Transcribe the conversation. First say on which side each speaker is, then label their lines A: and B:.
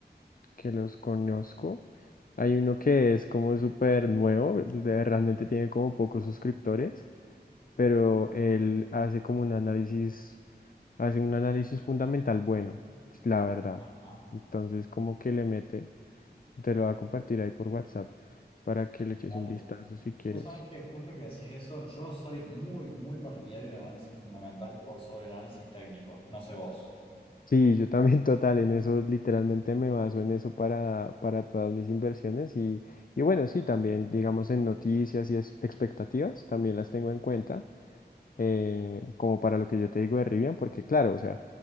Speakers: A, on the left; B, on the left.
A: que los conozco. Hay uno que es como súper nuevo, de- realmente tiene como pocos suscriptores, pero él hace como un análisis. hace un análisis fundamental bueno, la verdad.
B: Ajá.
A: Entonces, como que le mete, te lo va a compartir ahí por WhatsApp para que le eches
B: Dale.
A: un vistazo si quieres.
B: Vos sabés que justo que decís eso, yo soy muy, muy partidario del análisis fundamental por sobre el análisis técnico. No sé vos.
A: Sí, yo también <laughs> total, en eso literalmente me baso en eso para, para todas mis inversiones y, y bueno, sí, también digamos en noticias y es- expectativas, también las tengo en cuenta, eh, como para lo que yo te digo de Rivian, porque claro, o sea,